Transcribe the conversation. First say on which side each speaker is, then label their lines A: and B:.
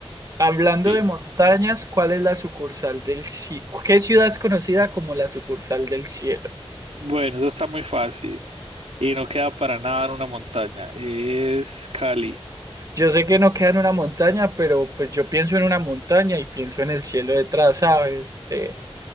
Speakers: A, on the right; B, on the right.
A: Hablando
B: Sí.
A: de montañas, ¿cuál es la sucursal del cielo? ¿Qué ciudad es conocida como la sucursal del cielo?
B: Bueno, eso está muy fácil y no queda para nada en una montaña. Es Cali.
A: Yo sé que no queda en una montaña, pero pues yo pienso en una montaña y pienso en el cielo detrás, ¿sabes? Eh,